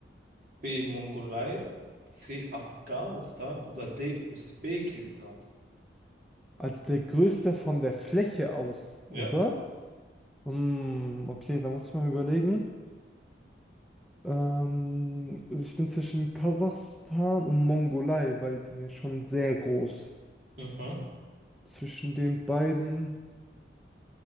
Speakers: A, on the right (about 50°); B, in the centre.
A: B. Mongolei, C. Afghanistan oder D. Usbekistan?
B: Als der größte von der Fläche aus, oder?
A: Ja,
B: Hm, okay, da muss ich mal überlegen. Ähm, ich bin zwischen Kasachstan und Mongolei, weil die sind ja schon sehr groß.
A: mhm,
B: Zwischen den beiden